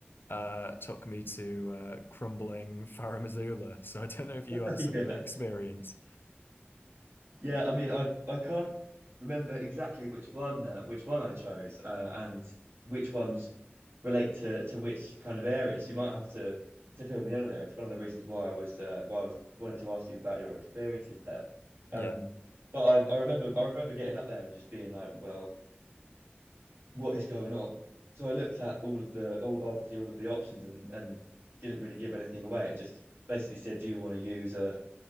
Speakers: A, on the left; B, on the right.
A: uh, took me to uh, crumbling Farum Azula. <laughs> So I don't know if you
B: <laughs>
A: had a
B: Yeah.
A: similar experience.
B: Yeah, I mean, I I can't remember exactly which one uh, which one I chose, uh, and which ones relate to to which kind of areas. You might have to to fill me in on there. It's one of the reasons why I was uh, why I was wanted to ask you about your experiences there.
A: Yeah.
B: Um, but I, I remember I remember getting up there and just being like, well, what is going on? So I looked at all of the all obviously all of the options and and didn't really give anything away. It just basically said, do you want to use a